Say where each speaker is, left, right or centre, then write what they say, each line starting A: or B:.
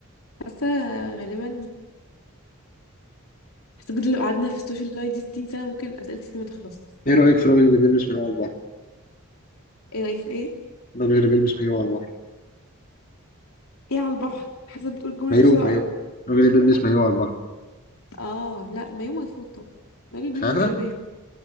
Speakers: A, on the left (about 75°); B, on the left (about 40°).
A: حاسه غالبا حاسه بجد لو قعدنا في السوشيال لايف دي 60 سنه ممكن اسئلتي ما تخلص
B: ايه رأيك في الراجل اللي بيلبس مايو على البحر
A: ايه رايك في ايه
B: الراجل اللي بيلبس مايو على البحر
A: ايه على البحر حاسه بتقول الجمله
B: مايو
A: دي بسرعه
B: مايو
A: قوي
B: الراجل اللي بيلبس مايو على البحر
A: اه لا ما يوم ما يفوت طبعا الراجل
B: مش
A: بيلبس
B: عارفة
A: جلابيه